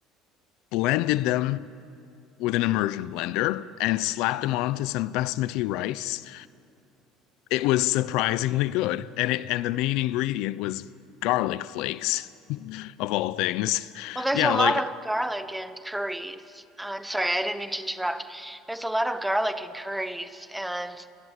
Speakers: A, on the left (about 70°); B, in the centre.
A: blended them with an immersion blender and slapped them onto some basmati rice. It was surprisingly good, and it and the main ingredient was garlic flakes of all things. <laughs>
B: Well, there's
A: Yeah,
B: a lot
A: like
B: of garlic in curries. Uh, I'm sorry, I didn't mean to interrupt. There's a lot of garlic in curries, and